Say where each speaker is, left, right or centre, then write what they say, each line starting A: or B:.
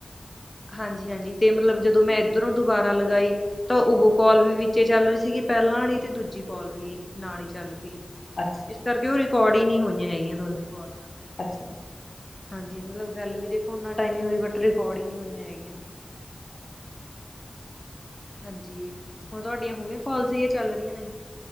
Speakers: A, on the left; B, on the left.
A: ਹਾਂਜੀ ਹਾਂਜੀ ਤੇ ਮਤਲਬ ਜਦੋਂ ਮੈਂ ਇੱਧਰੋਂ ਦੁਬਾਰਾ ਲਗਾਈ ਤਾਂ ਉਹ ਕੋਲ ਵੀ ਵਿੱਚ ਚੱਲ ਰਹੀ ਸੀਗੀ ਪਹਿਲਾਂ ਤੇ ਦੂਜੀ ਕੋਲ ਵੀ ਨਾਲ ਹੀ ਚੱਲ ਪਈ
B: ਅੱਛਾ
A: ਇਸ ਕਰਕੇ ਉਹ ਰਿਕਾਰਡ ਹੀ ਨਹੀਂ ਹੋਈਆਂ ਹੈਗੀਆਂ ਦੋਨੇ ਕੋਲਸ
B: ਅੱਛਾ ਅੱਛਾ
A: ਹਾਂਜੀ ਮਤਲਬ ਗੱਲ ਵੀ ਦੇਖੋ ਨਾ ਟਾਈਮ ਹੀ ਹੋਈ ਬਟ ਰਿਕਾਰਡ ਹੀ ਨਹੀਂ ਹੋਈਆਂ ਹੈਗੀਆਂ
B: ਅੱਛਾ <unintelligible>
A: ਹਾਂਜੀ ਹੁਣ ਤੁਹਾਡੀਆਂ ਹੋਗੀਆਂ ਕੋਲਸ ਇਹ ਚੱਲ ਰਹੀਆਂ ਨੇ